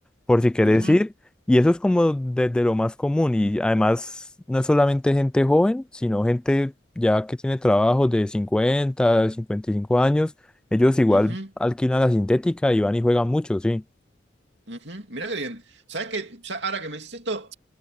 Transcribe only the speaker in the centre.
por si quieres
ir. Y eso es como desde lo más común y además no es solamente gente joven, sino gente ya que tiene trabajos de cincuenta, cincuenta y cinco años ellos igual
alquilan la sintética y van y juegan mucho, sí.